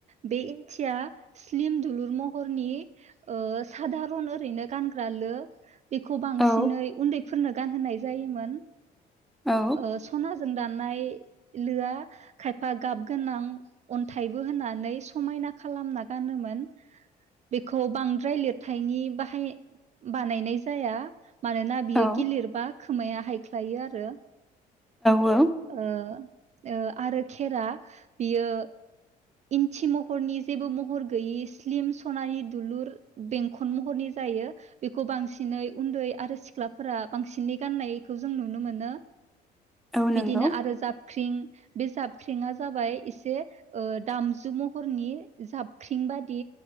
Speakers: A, on the right; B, in the centre.
A: बे इन्थिया स्लिम दुलुर महरनि ओ सादारन ओरैनो गानग्र लो बेखौ बांसिनै
B: औ
A: उन्दै फोरनो गानहोनाय जायोमोन
B: औ
A: ओ स'ना जों दानाय लोआ खायफा गाब गोनां अन्थाइबो होननानै समायना खालामना फानोमोन बेखौ बांद्राय लिरथायनि बाहाय बानायनाय जाया मानोना बियो
B: औ
A: गिलिर बा खोमाया हायख्लायो आरो
B: औ
A: ओ आरो खेरा बियो इन्थि महरनि जेबो महर गैयै स्लिम सनानि दुलुर बेंखन महरनि जायो बेखौ बांसिनै उन्दै आरो सिख्लाफोरा बांसिनै गाननायखौ जों नुनो मोनो
B: औ नंगौ
A: बिदिनो आरो जा ख्रिं बे जाबख्रिंआ जाबाय एसे ओ दामजु महरनि जाब ख्रिं बादि